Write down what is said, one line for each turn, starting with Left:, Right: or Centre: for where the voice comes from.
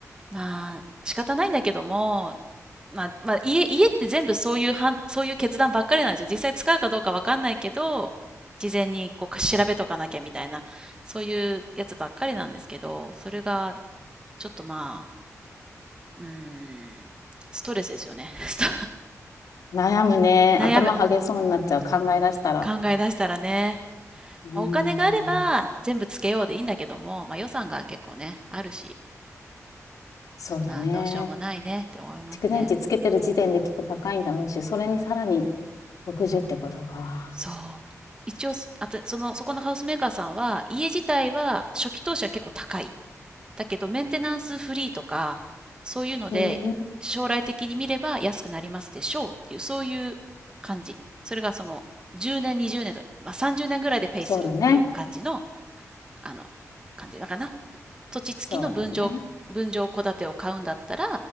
Right: まあ、仕方ないんだけども、まあ、まあ、家、家って全部そういうはん、そういう決断ばっかりなんですよ。実際使うかどうかわかんないけど、事前にこう調べとかなきゃみたいな、そういうやつばっかりなんですけど、それがちょっとまあ、うーん、ストレスですよね。<laughs> スト
Left: 悩むね、
Right: 悩む。
Left: 頭はげそうになっちゃう、考え出したら。
Right: 考え出したらね。
Left: うん、
Right: まあお金があれば全部つけようでいいんだけども、まあ予算が結構ね、あるし、
Left: そうだね。
Right: まあどうしようもないねって思いますね。
Left: 蓄電池つけてる時点できっと高いんだろうし、それにさらに60ってことか。
Right: そう。一応、あと、その、そこのハウスメーカーさんは、家自体は初期投資は結構高い。だけどメンテナンスフリーとかそういうので将来的に見れば安くなりますでしょうっていうそういう感じそれがその10年20年と、
Left: うん、
Right: まあ、30年ぐらいでペイするっていう感じの
Left: そうだね。
Right: あの感じだかな土地付きの分譲分譲戸建てを買うんだったら
Left: そうだね。